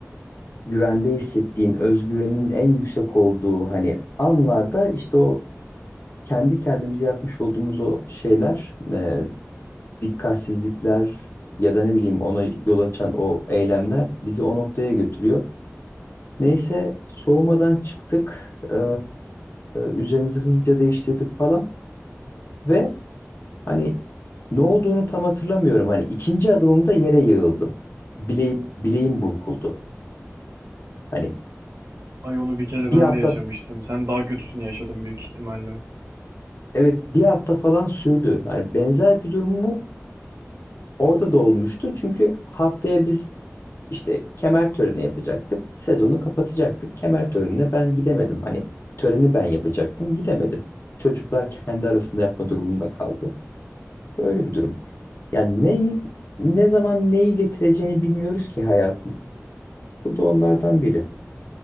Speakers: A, on the left; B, on the right.
A: güvende hissettiğin, özgüvenin en yüksek olduğu hani anlarda işte o kendi kendimize yapmış olduğumuz o şeyler, e, dikkatsizlikler ya da ne bileyim ona yol açan o eylemler bizi o noktaya götürüyor. Neyse soğumadan çıktık. Ee, üzerimizi hızlıca değiştirdik falan ve hani ne olduğunu tam hatırlamıyorum. Hani ikinci adımımda yere yığıldım. Bile, bileğim burkuldu. Hani
B: Ay onu bir kere
A: bir
B: ben
A: hafta
B: de yaşamıştım. Sen daha kötüsünü yaşadın büyük ihtimalle.
A: evet bir hafta falan sürdü. Hani benzer bir durum mu orada da olmuştu. Çünkü haftaya biz İşte kemer töreni yapacaktık. Sezonu kapatacaktık. Kemer törenine ben gidemedim. Hani töreni ben yapacaktım, gidemedim. Çocuklar kendi arasında yapma durumunda kaldı. Böyle bir durum. Yani neyi, ne zaman neyi getireceğini bilmiyoruz ki hayatın. Bu da onlardan biri.